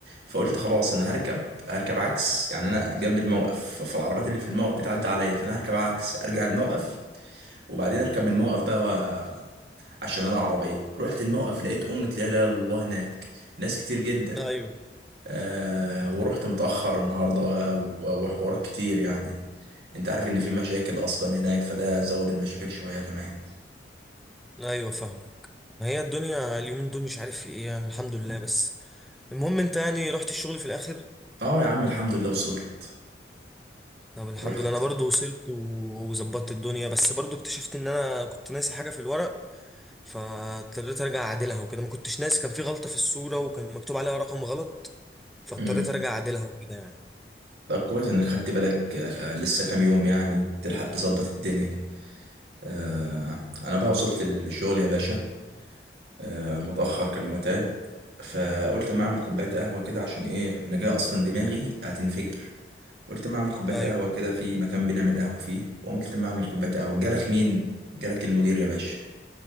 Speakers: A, on the right (about 65°); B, in the centre.
A: فقلت خلاص أنا هركب هركب عكس يعني أنا جنب الموقف فالعربيات اللي في الموقف بتعدي عليا فأنا هركب عكس أرجع الموقف وبعدين أركب من الموقف بقى و... عشان أنا عربية رحت الموقف لقيت أمة لا إله إلا الله هناك ناس كتير جدا
B: ايوه
A: آه ورحت متأخر النهاردة بقى و- وحوارات كتير يعني انت عارف ان في مشاكل اصلا هناك فده زود المشاكل شوية كمان
B: ايوه فاهمك ما هي الدنيا اليومين دول مش عارف في ايه يعني الحمد لله بس المهم انت يعني رحت الشغل في الاخر
A: اه يا عم الحمد لله وصلت
B: طب الحمد
A: رحت
B: لله انا برضو وصلت و- وظبطت الدنيا بس برضو اكتشفت ان انا كنت ناسي حاجه في الورق فاضطريت ارجع اعدلها وكده ما كنتش ناسي كان في غلطة في الصورة وكان مكتوب عليها رقم غلط فاضطريت
A: مم.
B: ارجع اعدلها وكده يعني
A: طب كويس انك خدت بالك آه لسه كام يوم يعني تلحق تظبط الدنيا آه انا بقى وصلت للشغل يا باشا آه متأخر كالمعتاد فقلت اما اعمل كوباية قهوة كده عشان ايه انا جاي اصلا دماغي هتنفجر قلت ما اعمل كوبايه
B: ايوه
A: قهوه كده في مكان بنعمل قهوه فيه وقمت ما اعمل كوبايه قهوه جالك مين جالك المدير يا باشا